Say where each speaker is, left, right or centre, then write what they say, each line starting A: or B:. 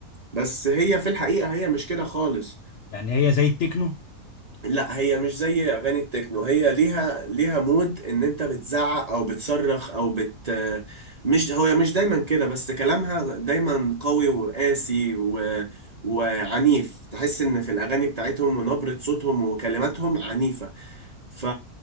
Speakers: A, on the right; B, on the left.
A: بس هي في الحقيقة هي مش كده خالص
B: يعني هي زي التكنو
A: لا هي مش زي اغاني التكنو هي ليها ليها مود ان انت بتزعق او بتصرخ او بت مش هو مش دايما كده بس كلامها دايما قوي وقاسي و... وعنيف تحس ان في الاغاني بتاعتهم ونبرة صوتهم وكلماتهم عنيفة ف...